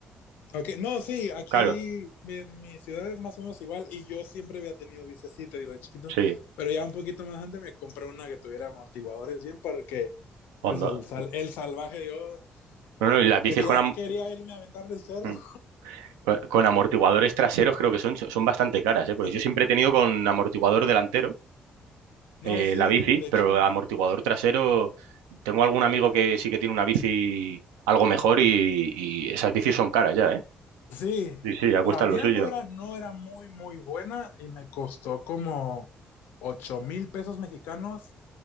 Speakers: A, on the left (about 70°); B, on the right (about 75°).
A: Okay. No, sí, aquí
B: Claro,
A: mi, mi ciudad es más o menos igual y yo siempre había tenido bicicleta, digo, de chiquito,
B: sí.
A: pero ya un poquito más antes me compré una que tuviera amortiguadores bien porque
B: Onda.
A: pues el, sal, el salvaje yo
B: No, no, y las bicis
A: quería,
B: con, am-
A: quería irme a aventar del cerro.
B: mm, co- con amortiguadores traseros creo que son, son bastante caras,
A: <laughs>
B: ¿eh? Porque
A: Ujú.
B: yo siempre he tenido con amortiguador delantero
A: No,
B: eh,
A: sí,
B: la bici,
A: de
B: pero
A: hecho,
B: amortiguador trasero, tengo algún amigo que sí que tiene una bici algo mejor y, y esas bicis son caras ya, ¿eh?
A: sí,
B: Sí, sí, ya
A: la
B: cuestan
A: mía
B: lo suyo.
A: no era, no era muy, muy buena y me costó como ocho mil pesos mexicanos